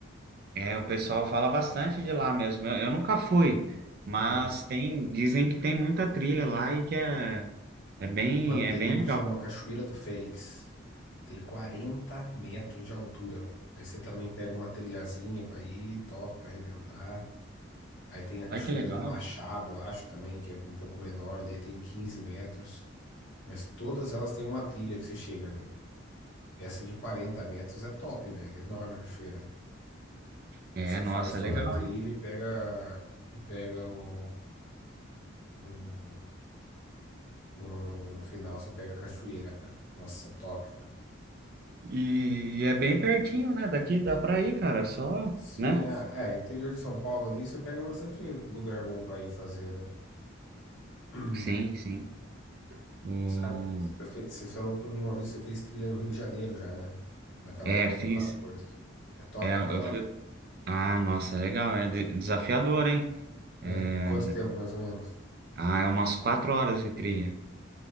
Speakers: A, on the right; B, on the left.
A: é, o pessoal fala bastante de lá mesmo. Eu, eu nunca fui, mas
B: É.
A: tem, dizem que tem muita trilha lá e que é, é bem,
B: Mano, tem
A: é bem
B: uma
A: legal.
B: que chama Cachoeira do Félix. Tem 40 metros de altura, velho. Aí você também pega uma trilhazinha pra ir, top pra arrebentar. Aí tem a
A: Olha
B: Cachoeira
A: que legal.
B: do Machado, acho também, que é um pouco menor, daí tem 15 metros. Mas todas elas têm uma trilha que você chega, velho. Essa de 40 metros é top, velho. É enorme a cachoeira, velho.
A: É,
B: Você
A: nossa,
B: faz toda
A: é legal,
B: a trilha
A: hein?
B: e pega, e pega o, o, o- No final você pega a cachoeira, cara. Nossa, é top, cara.
A: E, e é bem pertinho, né? Daqui dá pra ir, cara, só,
B: Sim,
A: né?
B: é, é, interior de São Paulo ali você pega bastante lugar bom pra ir fazer, né? <clears throat>
A: Sim, sim. O...
B: Sabe? Você fe- você falou pra mim uma vez que você fez trilha no Rio de Janeiro já, né? Naquela
A: É,
B: pedra
A: fiz.
B: lá do coisa. É top
A: É,
B: aquela
A: eu
B: lá?
A: fui Ah, nossa, é legal. É de- desafiador, hein? É,
B: É. Quanto tempo mais ou menos?
A: ah, é umas quatro horas de trilha.